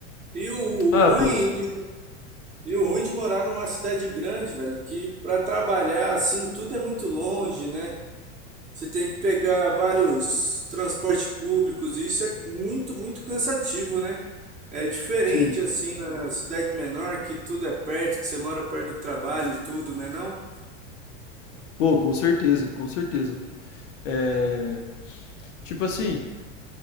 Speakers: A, on the right; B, on the left.
A: E o o
B: Ah,
A: ruim
B: pô,
A: de, e o ruim de morar numa cidade grande, velho, que pra trabalhar assim tudo é muito longe, né? Você tem que pegar vários transportes públicos, e isso é muito, muito cansativo, né? É diferente
B: sim.
A: assim na cidade menor, que tudo é perto, que você mora perto do trabalho e tudo, né não?
B: Pô, com certeza, com certeza. É... Tipo assim,